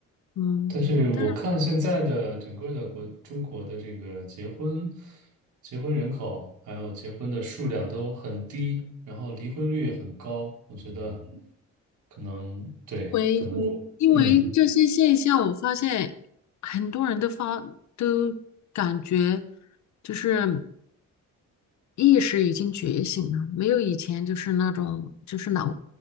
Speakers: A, on the left; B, on the right.
A: 嗯，
B: 但是我看现在的整个的国中国的这个结婚、
A: 但是。
B: 结婚人口还有结婚的数量都很低，然后离婚率也很高，我觉得可能对，
A: 回，
B: 可能对嗯
A: 因为这些现象，我发现很多人都发都感觉就是意识已经觉醒了，没有以前就是那种就是老